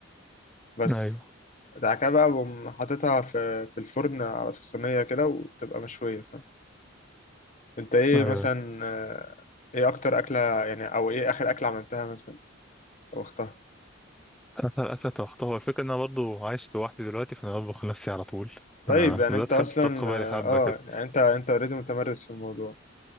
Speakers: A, on the left; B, in the centre.
A: بس
B: ايوه
A: بعد كده بقى بقوم حاططها في... في الفرن على في الصينية كده وتبقى مشوية فاهم أنت إيه
B: ايوه
A: مثلا آه، إيه أكتر أكلة يعني أو إيه آخر أكلة عملتها مثلا طبختها
B: اكتر اكله طبختها هو الفكره ان انا برضه عايش لوحدي دلوقتي فانا بطبخ لنفسي على طول
A: طيب
B: انا
A: يعني
B: بدات
A: انت اصلا
B: احب الطبخ بقالي حبه
A: اه
B: كده
A: يعني انت انت اوريدي متمرس في الموضوع